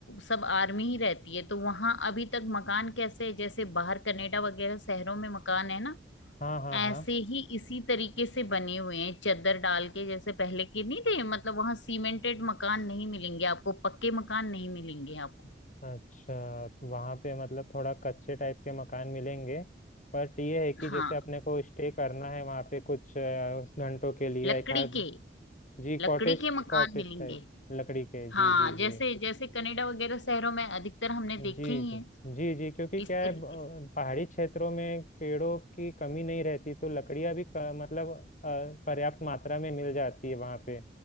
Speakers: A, on the left (about 90°); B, on the left (about 45°).
A: सब आर्मी ही रहती है तो वहां अभी तक मकान कैसे है जैसे बाहर कनाडा वगैरह शहरों में मकान है ना
B: हाँ हाँ हाँ
A: ऐसे ही इसी तरीके से बने हुए हैं चद्दर डाल के जैसे पहले के नहीं थे मतलब वहां सीमेंटेड मकान नहीं मिलेंगे आपको पक्के मकान नहीं मिलेंगे आपको
B: अच्छा तो वहाँ पे मतलब थोड़ा कच्चे टाइप के मकान मिलेंगे बट ये है कि
A: हाँ
B: जैसे अपने को स्टे करना है वहाँ पे कुछ अ, घंटों के लिए
A: लकड़ी
B: एक आध
A: के
B: जी कॉटेज
A: लकड़ी के मकान
B: कॉटेज
A: मिलेंगे
B: टाइप लकड़ी के
A: हाँ
B: जी जी जी
A: जैसे जैसे कनाडा वगैरह शहरों में अधिकतर हमने
B: जी
A: देखे ही
B: जी
A: हैं
B: जी जी क्योंकि
A: इस
B: क्या है
A: तरीके
B: ब-
A: से
B: पहाड़ी क्षेत्रों में पेड़ों की कमी नहीं रहती तो लकड़ियाँ भी क- मतलब अ, पर्याप्त मात्रा में मिल जाती है वहाँ पे